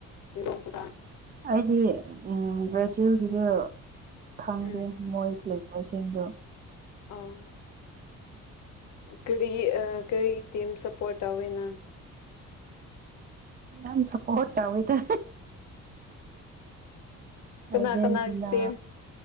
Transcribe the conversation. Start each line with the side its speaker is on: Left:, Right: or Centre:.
Left: <unintelligible>
Right: ꯑꯩꯗꯤ ꯎꯝ ꯕ꯭ꯔꯥꯖꯤꯜꯒꯤꯗꯨ ꯈꯪꯗꯦ
Left: ꯎꯝ
Right: ꯃꯣꯏ ꯂꯩ ꯃꯁꯤꯡꯗꯣ
Left: ꯑꯥ ꯀꯔꯤꯒꯤ ꯑ ꯀꯔꯤꯒꯤ ꯇꯤꯝ ꯁꯞ ꯄꯔꯣ ꯇꯧꯑꯦ ꯅꯪ
Right: ꯌꯥꯝ ꯁꯄꯣꯔꯠ ꯇꯧꯑꯦꯇ
Left: ꯀꯅꯥ
Right: Argentina
Left: ꯀꯅꯥꯒꯤ team